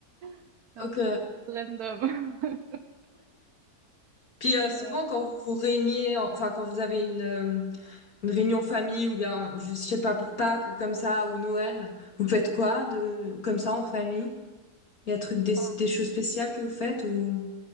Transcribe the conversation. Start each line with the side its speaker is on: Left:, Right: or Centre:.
Right: <laughs> c'est
Left: ok.
Right: un peu plus random. <laughs>
Left: Puis euh,
Right: Mais,
Left: souvent quand vous vous réuniez, enfin quand vous avez une, euh, une réunion famille ou bien je je sais pas pour Pâques ou comme ça ou Noël, vous faites quoi de comme ça en famille? Il y a truc des,
Right: euh,
Left: des choses spéciales que vous faites ou